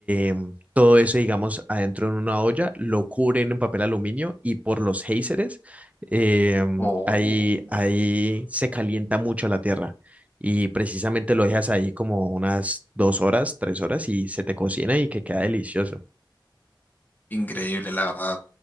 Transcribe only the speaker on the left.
Oh.
Increíble, la verdad.